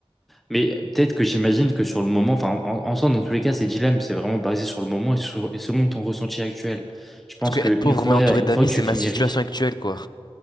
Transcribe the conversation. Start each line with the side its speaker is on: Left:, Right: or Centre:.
Centre: Mais peut-être que j'imagine que sur le moment, enfin, en, en soi, dans tous les cas, ces dilemmes, c'est vraiment basé sur le moment et, sur- et selon ton ressenti actuel. Je pense
Left: Parce que
Centre: qu'une
Left: être pauvre
Centre: fois,
Left: mais entouré
Centre: une
Left: d'amis,
Centre: fois que
Left: c'est
Centre: tu
Left: ma
Centre: finis
Left: situation
Centre: riche,
Left: actuelle, quoi.